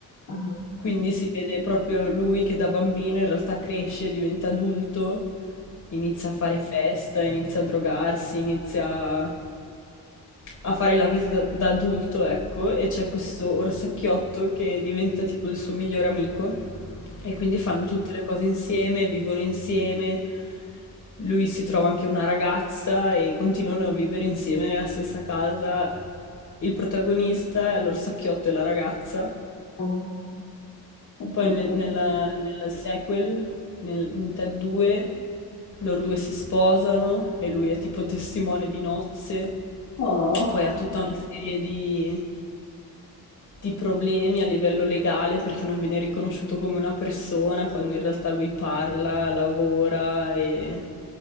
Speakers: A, on the left; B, on the left.
A: Ah.
B: Quindi si vede proprio lui che da bambino in realtà cresce, diventa adulto, inizia a fare festa, inizia a drogarsi, inizia a fare la visita da da adulto, ecco, e c'è questo orsacchiotto che diventa tipo il suo migliore amico e quindi fanno tutte le cose insieme, vivono insieme. Lui si trova anche una ragazza e continuano a vivere insieme nella stessa casa. Il protagonista, l'orsacchiotto e la ragazza
A: Ah. Capito.
B: poi nel, nella- nel sequel, nel, in Ted 2, loro due si sposano e lui è tipo testimone di nozze.
A: Oh,
B: Poi ha tutta una serie di, di problemi a livello legale perché non viene riconosciuto come una persona quando in realtà lui parla, lavora e...